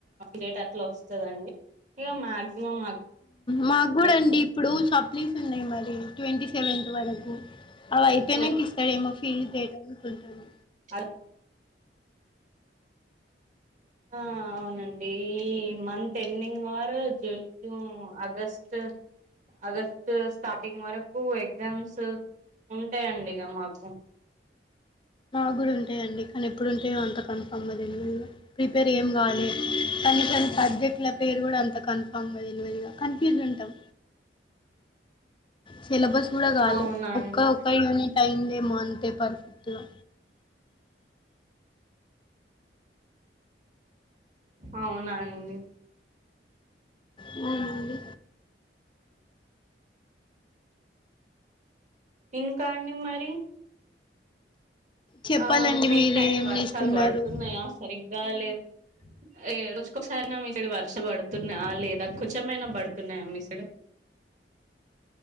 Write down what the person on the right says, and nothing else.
డేట్ అట్లా వస్తుందండి ఇక మాక్సిమం
ఆగస్ట్
లో
ఐ ఆ అవునండి ఈ మంత్ పెన్నింగ్ అర్ జ జు ఆగష్టు ఆగష్టు స్టార్టింగ్ వరకు ఎగ్జామ్స్ ఉంటాయండి ఇగ మాకు
అవునండి
అవునాండి
ఇంకా అండి మరి
ఆ మీ
సైడ్ వర్షాలు
పడుతున్నాయా సరిగ్గా లేదు ఏ రోజుకోసారనా మీసైడ్ వర్ష పడుతున్నా లేదా కొంచెమైనా పడుతున్నాయా మీసైడ్